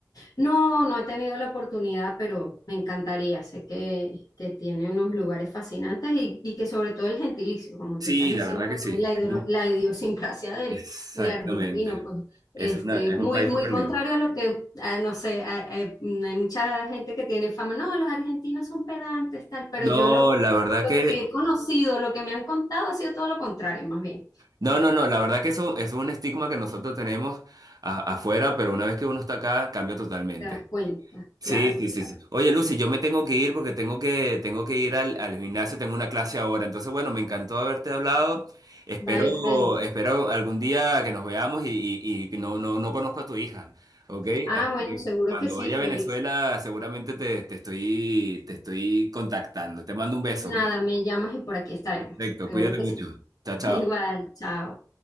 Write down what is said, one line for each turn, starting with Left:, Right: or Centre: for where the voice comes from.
Left: No, no he tenido la oportunidad, pero me encantaría. Sé que, que tiene unos lugares fascinantes y, y que sobre todo el gentilicio, como
Right: Sí,
Left: tú estás diciendo,
Right: la verdad que sí.
Left: pues, la, hidro-
Right: ¿no?
Left: la idiosincrasia del,
Right: Exactamente.
Left: del argentino, pues
Right: Es
Left: este,
Right: una, es
Left: muy,
Right: un país
Left: muy
Right: súper
Left: contrario
Right: libre.
Left: a lo que, ah, no sé, ah, eh, mm, hay mucha gente que tiene fama, no, los argentinos son pedantes, tal, pero
Right: No,
Left: yo lo, lo
Right: la verdad que,
Left: que he conocido, lo que me han contado ha sido todo lo contrario, más bien.
Right: no, no, no, la verdad que eso, eso es un estigma que nosotros tenemos a- afuera, pero una vez que uno está acá, cambia totalmente.
Left: Te das cuenta,
Right: Sí,
Left: claro,
Right: sí,
Left: claro.
Right: sí, sí. Oye, Lucy, yo me tengo que ir porque tengo que, tengo que ir al, al gimnasio, tengo una clase ahora. Entonces, bueno, me encantó haberte hablado. Espero,
Left: Vale, Félix.
Right: espero algún día que nos veamos y, y- y que no, no, no conozco a tu hija, ¿ok?
Left: Ah,
Right: Así
Left: bueno,
Right: que
Left: seguro
Right: cuando
Left: que sí,
Right: vaya
Left: Félix.
Right: a Venezuela, seguramente te, te estoy, te estoy contactando. Te mando un beso,
Left: Nada,
Right: ¿ok?
Left: me llamas y por aquí estaremos.
Right: Perfecto,
Left: Seguro
Right: cuídate
Left: que
Right: mucho.
Left: sí.
Right: Chao,
Left: <laughs>
Right: chao.
Left: Igual, chao.